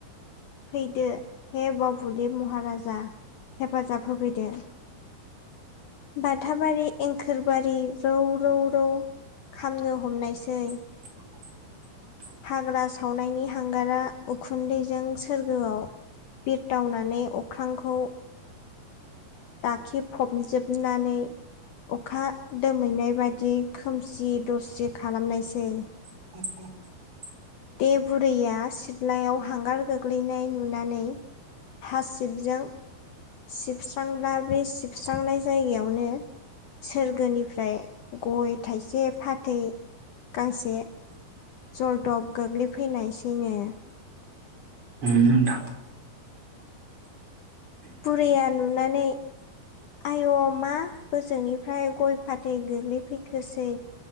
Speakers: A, on the left; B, on the right.
A: फैदो हे बाबुलि महाराजा हेफाजाब होफैदो बाथाबारि एंखोरबारि रौ रौ रौ खामनो हमनायसै
B: <inaudible>
A: हाग्रा सावनायनि हांगारा उखुन्दैजों सोरगोआव बिरदावनानै अख्रांखौ दाखिफबजोबनानै अखा दोमैनाय बादि खोमसि दरसि खालामनायसै
B: <inaudible>
A: दे बुरैया सिथ्लायाव हांगार गोग्लैनाय नुनानै हासिबजों सिबस्रांब्ला बे सिबस्रांनाय जायगायावनो सोरगोनिफ्राय गय थाइसे फाथै गांसे जरदब गोग्लैफैनायसैनो
B: उ नोंथां
A: बुरिया नुनानै आय' मा बोजोंनिफ्राय गय फाथै गोग्लैफैखोसै